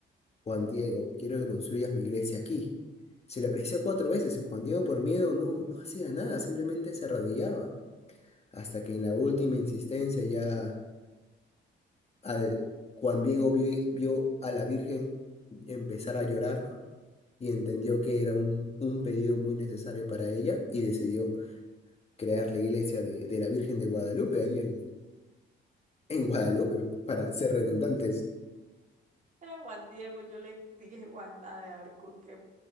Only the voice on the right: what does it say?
Era Juan Diego, y yo le dije Juana de Arco, que